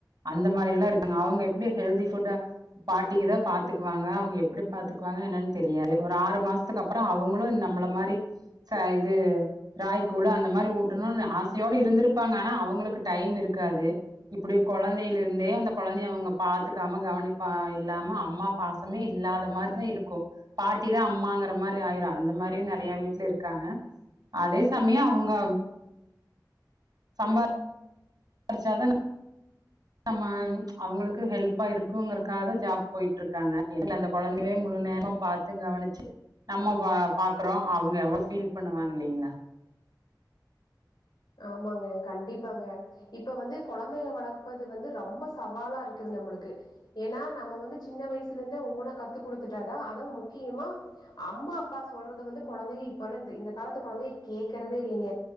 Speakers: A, on the right; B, on the left.
A: அந்த மாரி எல்லா இருக்காங்க. அவுங்க எப்டி ஹெல்தி ஃபுட்டா பாட்டிகதா பாத்துகுவாங்க அவுங்க எப்டி பாத்துக்குவாங்க என்னன் தெரியாது ஒரு ஆறு மாச சுக்கப்பறோ அவுங்களு நம்மள மாரி ச இது ராய கூழு அந்த மாரி ஊட்டணுன் ஆசையோடு இருந்திருப்பாங்க ஆனா அவங்களுக்கு டைம் இருக்காது இப்டி கொழந்தைல இருந்தே அந்த கொழந்தைய அவங்க பாத்துக்காம கவனிப்பா இல்லாம அம்மா பாச ஒன்னுமே இல்லாத மாரிதா இருக்கு பாட்டிதா அம்மாங்கிற மாரி ஆய்ரு அந்த மாரியு நெறய வீட்ல இருக்காங்க அதே கம்மியா அவுங்க சம்பா ரிச்சா தான நம்ம அவங்களுக்கு ஹெல்ப்பா இருக்குங்கறக்காக ஜாப் போய்ட்டு இருக்காங்க இல்ல அந்த கொழந்தைய முழு நேர பாத்து கவனிச்சு நம்ம பா பாக்குறோம் அவங்க எவ்ளோ ஃபீல் பண்ணுவாங்கல்லங்ளா
B: ஆமாங்க கண்டிப்பாங்க இப்ப வந்து குழந்தைக வளர்ப்பது வந்து ரொம்ப சவாலா இருக்குது நம்மளுக்கு ஏனா நம்ம வந்து சின்ன வயசுல இருந்தே ஒவ்வொன்னா கத்து குடுத்துட்டாதா அத முக்கியமா அம்மா அப்பா சொல்றது வந்து கொழந்தைங்க இப்ப இந்த காலத்து கொழந்தைக கேக்கறதே இல்லைங்க